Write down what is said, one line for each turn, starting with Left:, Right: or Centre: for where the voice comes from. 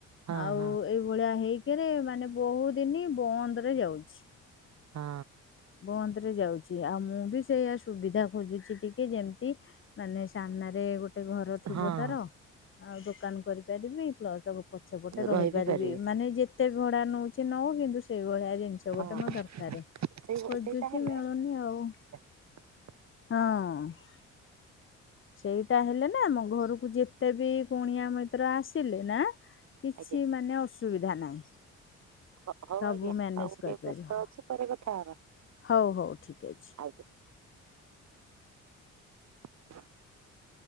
Right: ହଁ,
Left: ଆଉ
Right: ହଁ,
Left: ଏଇ ଏଇ ଭଳିଆ ହେଇକିରି ମାନେ ବହୁତ ଦିନ ବନ୍ଦରେ ଯାଉଛି।
Right: ହଁ।
Left: ବନ୍ଦରେ ଯାଉଛି ଆଉ ମୁଁ ବି ସେଇୟଆ ସୁବିଧା ଖୋଜୁଛି ଟିକେ ଯେମିତି ମାନେ ସାମ୍ନାରେ ଗୋଟେ ଘର ଥିବ
Right: ହଁ
Left: ତାର ଆଉ ଦୋକାନ କରିପାରିବି ପ୍ଲସ ପଛ ପଟେ ରହିପାରିବି
Right: ରହିବିପାରିବି।
Left: ମାନେ ଯେତେ ଭଡା ନଉଛି ନଉ କିନ୍ତୁ ସେଇଭଳିଆ ଜିନିଷ
Right: ହଁ,
Left: ଗୋଟେ
Right: ହଁ
Left: ମୋତେ ଦରକାର
Right: ସେଇ
Left: ଖୋଜୁଛି
Right: ସେଇଟା ହେଲେ
Left: ମିଳୁନି ଆଉ।
Right: <inaudible>
Left: ହଁ। ସେଇଟା ହେଲେ ନା ମୋ ଘରକୁ ଯେତେ ବି କୁଣିଆ ମତର ଆସିଲେ ନା କିଛି
Right: ଆଜ୍ଞା।
Left: ମାନେ ଅସୁବିଧା ନାହିଁ
Right: ହ ହଉ
Left: ସବୁ
Right: ଆଜ୍ଞା
Left: ମ୍ୟାନେଜ
Right: ଆଉ ମୁଁ ଟିକେ
Left: କରିପାରିବ
Right: ବ୍ୟସ୍ତ ଅଛି ପରେ କଥା ହବା।
Left: ହଉ ହଉ ଠିକ ଅଛି।
Right: ଆଜ୍ଞା। <inaudible>